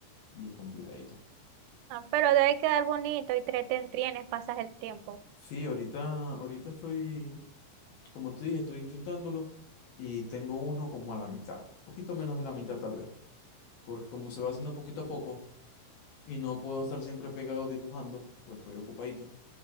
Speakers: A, on the left; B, on the right.
A: y es complicadito.
B: Ah, pero debe quedar bonito y te entretienes, pasas el tiempo.
A: Sí, ahorita, ahorita estoy, como te dije, estoy intentándolo y tengo uno como a la mitad, poquito menos de la mitad tal vez, porque como se va haciendo poquito a poco, y no puedo estar siempre pegado dibujando porque estoy ocupadito.